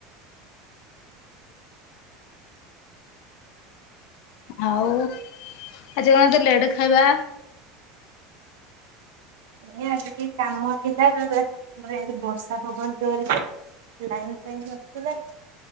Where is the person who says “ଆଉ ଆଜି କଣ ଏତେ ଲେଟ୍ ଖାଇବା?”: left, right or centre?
Left